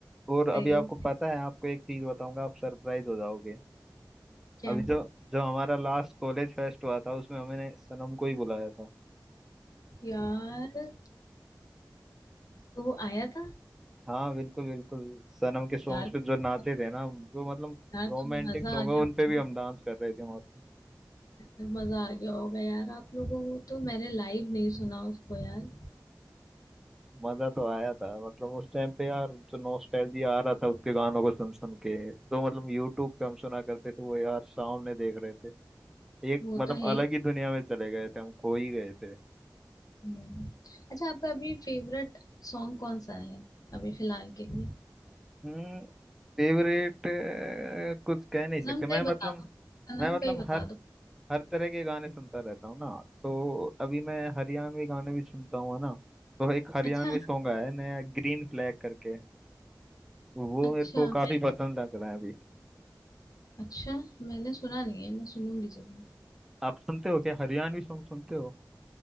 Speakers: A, in the centre; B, on the left.
A: और अभी
B: भाई,
A: आपको पता है आपको एक चीज बताऊंगा आप सरप्राइज हो जाओगे
B: क्या
A: अभी जो जो हमारा लास्ट कॉलेज फेस्ट हुआ था उसमें हमने सनम को ही बुलाया था
B: यार तो वो आया था
A: हाँ बिल्कुल बिल्कुल सनम के सॉन्ग्स
B: यार तो,
A: पे जो नाचे थे ना जो मतलब
B: यार
A: रोमांटिक
B: तो मजा
A: सॉन्ग
B: आ
A: है
B: गया
A: उन पे भी हम डांस कर रहे थे मस्त
B: मजा आ गया होगा यार आप लोगों को तो मैंने लाइव नहीं सुना उसको यार
A: मजा तो आया था मतलब उस टाइम पे यार जो नॉस्टैल्जिया आ रहा था उसके गानों को सुन सुन के तो मतलब यूट्यूब पे हम सुना करते थे वो यार सामने देख रहे थे एक
B: वो तो
A: मतलब
B: है ही
A: अलग ही दुनिया में चले गए थे हम खो ही गए थे
B: हम्म। अच्छा आपका अभी फेवरेट सॉन्ग कौन सा है अभी फिलहाल के लिए
A: हम्म फेवरेट कुछ कह नहीं
B: सनम
A: सकते
B: का
A: मैं
B: ही बता
A: मतलब
B: दो सनम
A: मैं मतलब
B: का ही बता
A: हर
B: दो
A: हर तरह के गाने सुनता रहता हूँ ना तो अभी मैं हरियाणवी गाने भी सुनता हूँ है ना तो एक हरियाणवी
B: अच्छा
A: सॉन्ग आया है नया ग्रीन फ्लैग करके वो
B: अच्छा
A: मेरे को
B: मैं
A: काफी पसंद लग रहा है अभी
B: अच्छा मैंने सुना नहीं है मैं सुनूंगी जरूर
A: आप सुनते हो क्या हरियाणवी सॉन्ग सुनते हो